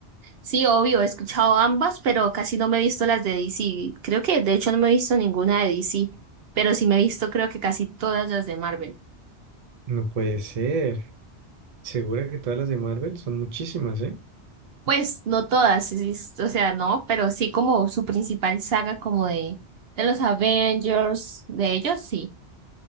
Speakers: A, on the right; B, on the right.
A: Sí, obvio, he escuchado ambas, pero casi no me he visto las de DC. Creo que de hecho no me he visto ninguna de DC, pero sí me he visto creo que casi todas las de Marvel.
B: No puede ser. Segura que todas las de Marvel son muchísimas, ¿eh?
A: Pues no todas, es- es- o sea, no, pero sí como su principal saga como de, de los Avengers, de ellos sí.